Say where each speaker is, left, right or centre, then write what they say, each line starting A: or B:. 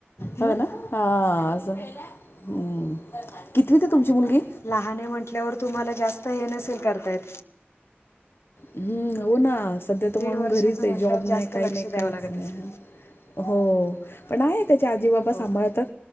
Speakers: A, on the left; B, on the left.
A: हं?
B: हो ना हांअस ह कितवीत आहे तुमची मुलगी
A: लहान आहे म्हटल्यावर तुम्हाला जास्त हे नसेल करतायेत
B: हम्म हो ना सध्या तर
A: दीड
B: म्हणून
A: वर्षाचं
B: घरीच आहे
A: म्हटल्यावर
B: जॉब
A: जास्त
B: नाही काही
A: लक्ष
B: नाही
A: द्यावं
B: काहीच
A: लागत
B: नाही.
A: असेल
B: हो पण आहेत. त्याचे आजी बाबा सांभाळतात
A: हो